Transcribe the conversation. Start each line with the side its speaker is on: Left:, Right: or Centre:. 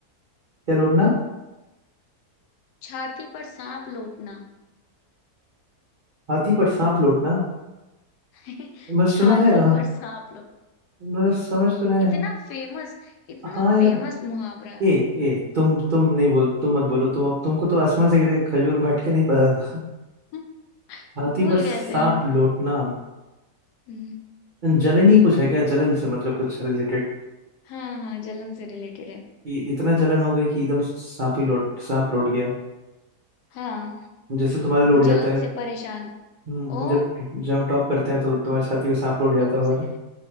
Right: क्या लौटना
Left: छाती पर सांप लौटना
Right: हाथी पर सांप लौटना
Left: <laughs>
Right: मैं
Left: छाती
Right: सुना है अ,
Left: पर सांप लौट
Right: मतलब समझ तो रहे
Left: इतना
Right: हैं
Left: फेमस इतना
Right: हाँ यार
Left: फेमस मुहावरा
Right: ए ए तुम तुम नहीं बोल तुम मत बोलो तुम अब तुमको तो आसमान से गिरे खजूर में अटके नहीं पता था
Left: <laughs>
Right: छाती
Left: भूल
Right: पर
Left: गए
Right: सांप
Left: थे हम
Right: लोटना
Left: हम्म,
Right: जलन ही कुछ है क्या जलन से मतलब कुछ रिलेटेड
Left: हाँ हाँ जलन से रिलेटेड है
Right: कि इतना जलन हो गई कि एकदम सांप ही लोट सांप लोट गया
Left: हाँ
Right: जैसे तुम्हारे लोट जाता
Left: जलन
Right: है
Left: से परेशान
Right: हम्म,
Left: ओ
Right: जब जब हम टॉप करते हैं तो तुम्हारी छाती पे सांप लोट जाता
Left: तुमसे
Right: होगा